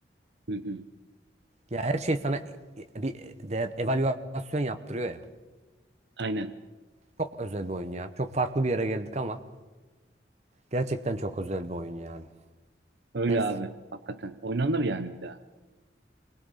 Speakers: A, on the right; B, on the right.
A: Hı hı.
B: Ya her şey sana e- e- bir değer evaluasyon yaptırıyor ya.
A: Aynen.
B: Çok özel bir oyun ya. Çok farklı bir yere geldik ama gerçekten çok özel bir oyun yani.
A: Öyle
B: Neyse.
A: abi. Hakikaten. Oynanır yani bir daha.